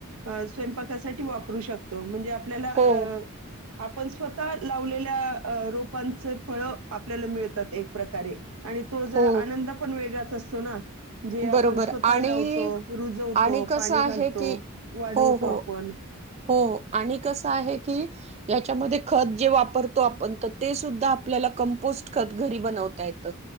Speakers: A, on the right (about 75°); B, on the right (about 30°).
A: अ स्वयंपाक त्या साठी वाप रू शकतो म्हणजे आप आपल्याला
B: हो
A: अ आपण स्वतः लावलेल्या अ रोपांच फळ आपल्याला मिळतात एक प्रकारे आणि तो जरा
B: हो
A: आनंद पण वेगळाच अस तो ना जे आपण
B: बरोबर
A: स्वतः
B: आणि
A: लावतो, रुजवतो,
B: आणि कसं
A: पाणी
B: आहे
A: घालतो,
B: की
A: वाढवतो
B: हो हो
A: आपण
B: हो आणि क कस की याच्यामध्ये खत जे वापतो आपण ट ते सुध्या आपल्याला कपोट खत घरी बनवता येत.